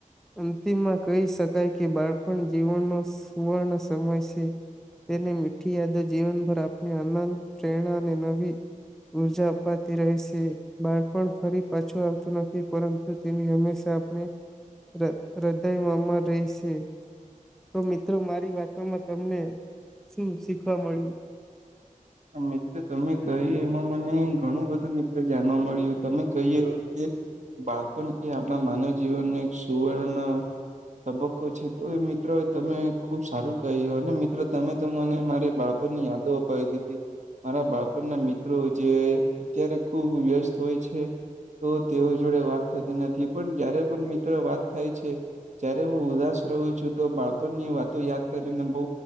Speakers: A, in the centre; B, on the right.
A: અંતિમમાં કહી શકાય કે બાળપણ જીવનનો સુવર્ણ સમય છે. તેને મીઠી યાદ જીવનભર આપણે આનંદ પ્રેરણા અને નવી ઉર્જા આપતી રહે છે બાળપણ ફરી પાછું આવતું નથી પરંતુ તેની હંમેશા આપણે ર હૃદયમાં અમર રહી છે. તો મિત્રો મારી વાતોમાં તમને શું શીખવા મળ્યું
B: મિત્ર તમે કહી એમાં મને ઘણું બધું મિત્ર જાણવા મળ્યું તમે કહ્યું એવું કે બાળપણ એ આપણા માનવ જીવનને એક સુવર્ણ તબક્કો છે તો એ મિત્રો તમે ખુબ સારું કહ્યું અને મિત્ર તમે તો મને મારી બાળ પણ ની યાદો અપાય દીધી. મારા બાળપણના મિત્રો જે અત્યારે ખુબ વ્યસ્ત હોય છે. તો તેઓ જોડે વાત થતી નથી પણ જયારે પણ મિત્ર વાત થાય છે. જય્યારે હું ઉદાસ રહું છું તો બાળપણની વાતો યાદ કરીને બો